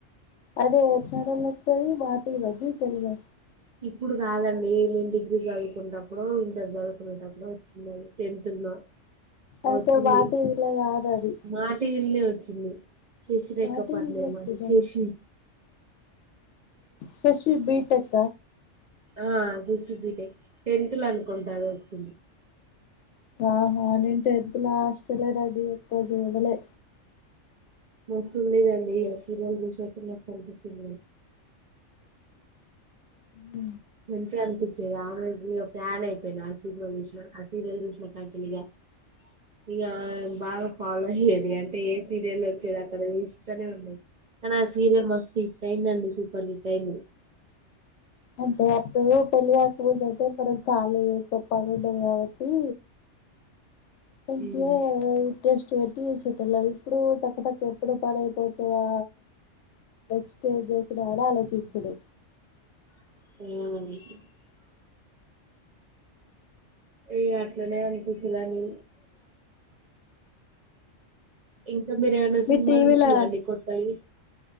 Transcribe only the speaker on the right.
ఇప్పుడు కాదండి మేము డిగ్రీ చదువుకునేప్పుడు ఇంటర్ చదువుకునేటప్పుడు టెన్త్ లో
వచ్చింది
మాటివి ఇల్ శశి రేఖ
పరిణయంశశి
ఆ చూసిపిట్టే టెన్త్ లో అనుకుంటా అది వచ్చి
మసుండేదండి ఆ సీరియల్ చూసేటప్పుడు మస్తు అనిపించేది
మంచిగా అనిపించేది ఆమె ఇగ ఫ్యాన్ అయిపోయినా ఆ సినిమా చూసినా ఆ సీరియల్ చూసినా కాంచల్ల ఇంగ బాగా ఫాలో అయ్యేది అంటే ఏ సీరియల్ వచ్చేది అక్కడ ఇస్తూనే ఉండది కానీ ఆ సీరియల్ మస్ట్ హిట్ అయింద అండి సూపర్ హిట్టయింది
ఉమ్
ఆ ఏ అట్లనే అనిపిస్తుందని ఇంకా మీరేమన్నా
సినిమాలు
చూసిలాండి కొత్తవి